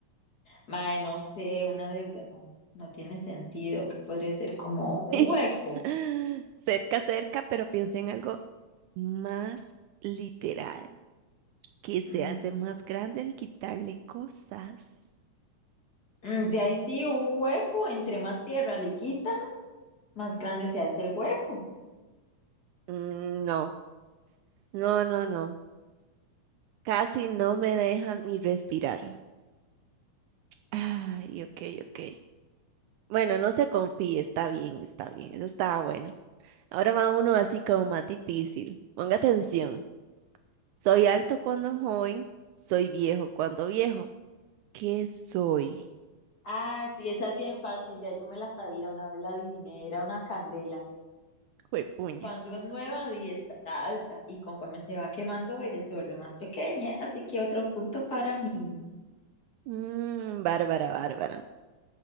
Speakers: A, on the left; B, on the right.
A: Mae, no sé, una deuda no, no tiene sentido, que podría ser como un
B: <laughs>
A: hueco.
B: Cerca, cerca, pero piense en algo más literal, que se
A: Mm,
B: hace más grande al quitarle cosas.
A: mm, de ahí sí, un hueco, entre más tierra le quitan, más grande se hace el hueco.
B: Mm, no, no, no, no. Casi no me dejan ni respirar. Ay, ok, ok. Bueno, no se confíe, está bien, está bien, eso estaba bueno. Ahora va uno así como más difícil. Ponga atención. Soy alto cuando joven, soy viejo cuando viejo. ¿Qué soy?
A: Ah, sí, esa es bien fácil, ya yo me la sabía, una vez la adiviné, era una candela.
B: Juepuña.
A: Cuando es nueva y está alta, y conforme se va quemando, ella se vuelve más pequeña, así que otro punto para mí.
B: Mmm, Bárbara, Bárbara.